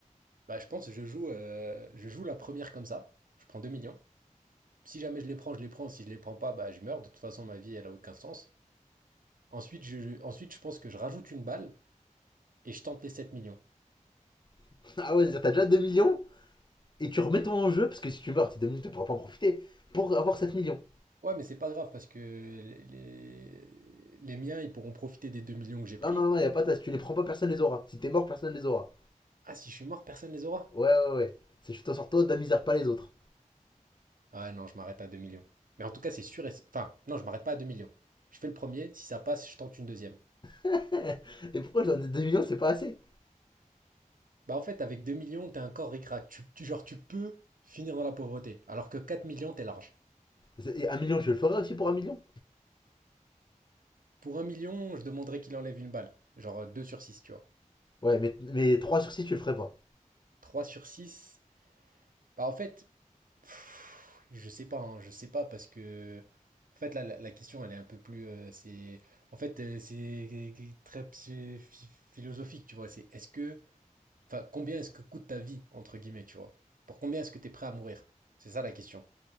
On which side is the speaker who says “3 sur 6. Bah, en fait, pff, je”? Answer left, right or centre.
Right